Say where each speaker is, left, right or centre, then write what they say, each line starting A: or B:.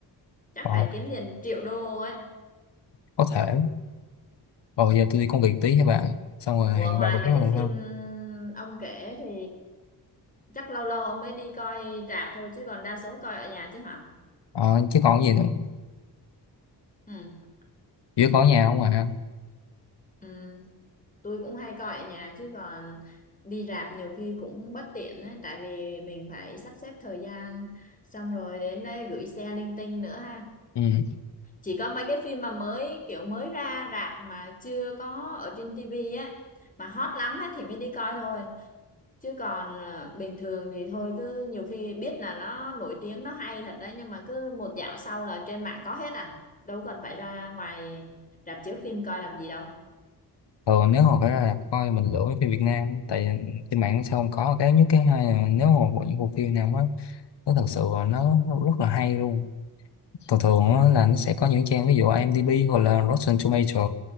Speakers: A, on the left; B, on the left.
A: chắc
B: ờ,
A: phải kiếm tiền triệu đô ấy
B: có thể. Rồi giờ tôi đi công việc tí các bạn. Xong rồi
A: ủa
B: hẹn
A: ngoài
B: bà bữa
A: mấy
B: khác
A: cái
B: được
A: phim
B: không?
A: ông kể thì chắc lâu lâu ông mới đi coi rạp thôi chứ còn đa số coi ở nhà chứ hả
B: Ờ, chứ còn gì nữa.
A: ừ
B: Chỉ có nhà không à.
A: ừ tôi cũng hay coi ở nhà chứ còn đi rạp nhiều khi cũng bất tiện ấy, tại vì mình phải sắp xếp thời gian xong rồi đến đây gửi xe linh tinh nữa ha
B: Ừ.
A: chỉ có mấy cái phim mà mới kiểu mới ra rạp mà chưa có ở trên tivi á mà hot lắm á thì mới đi coi thôi chứ còn ờ, bình thường thì thôi cứ nhiều khi biết là nó nổi tiếng nó hay thật đấy nhưng mà cứ một dạo sau là trên mạng có hết à đâu cần phải ra ngoài rạp chiếu phim coi làm gì đâu
B: Thường nếu mà phải ra rạp coi mình lựa mấy phim Việt Nam tại trên mạng sao không có cái nhất cái hai là nếu mà bộ những bộ phim nào mà nó thật sự là nó rất là hay luôn thường thường á, là nó sẽ có những trang ví dụ IMDb hoặc là Rotten Tomato